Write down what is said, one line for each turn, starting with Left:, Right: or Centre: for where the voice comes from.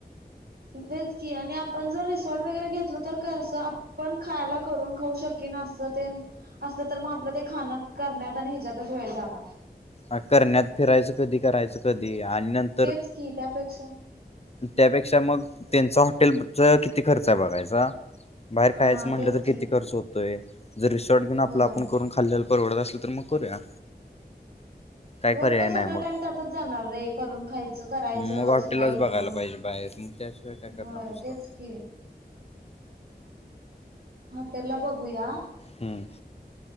Right: बेचकी आणि आपण जर रिसॉर्ट वगैरे घेतलं तर क पण खायला करून खाऊ शकन असतं ते असलं तर मग आपलं ते खाणं करण्यात आणि ह्याच्यातच वेळ जाणार
Left: ह करण्यात फिरायचं कधी करायचं कधी आणि नर
Right: तेच की त्यापेक्षा
Left: त्यापेक्षा मग त्यांचा हॉटेलचा किती खर्च आहे बघायचा बाहेर
Right: हा
Left: कायचं म्हटलं
Right: तेच
Left: तर
Right: की
Left: किती खर्च होतोय जर रिसॉर्ट घेऊन आपलं
Right: होय
Left: आपण करून खाल्ल्याल परवडत असलं तर मग करूया काय
Right: होय
Left: पर्याय
Right: पण
Left: नाही
Right: सगळ
Left: मग
Right: टाईम त्यातच जाणार रे करून खायचं करायचं
Left: मग हॉटेलच
Right: सकाळी उठून
Left: बघायला पाहिजे बाहेर मग त्याशिवाय काय करणार
Right: हो
Left: दुसरं
Right: तेच की हॉटेल ला बघूया
Left: हम्म